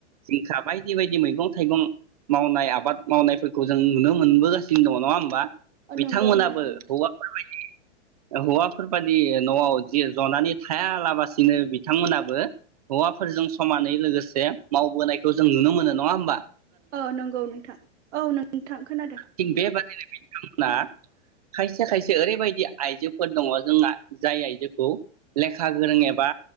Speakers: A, on the right; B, on the right.
A: जिंखा बायदि बायदि मैगं थाइगं मावनाय आबाद मावनायफोरखौ जों नुनो मोनबोगासिनो दङ। नङा होमबा? बिथांमोनाबो
B: नंगौ नंगौ नोंथां
A: हौवाफोर बायदि ओ हौवाफोरबादि नआव जि जनानै थायालाबासिनो बिथांमोनाबो हौवाफोरजों समानै लोगोसे मावबोनायखौ जों नुनो मोनो नङा होनबा?
B: औ नंगौ नोंथां औ नोंथां खोनादों
A: थिग बेबादिनो बिथांमोना खायसे खायसे ओरैबायदि आइजोफोर दङ जोंहा जाय आइजोखौ लेखा गोरों एबा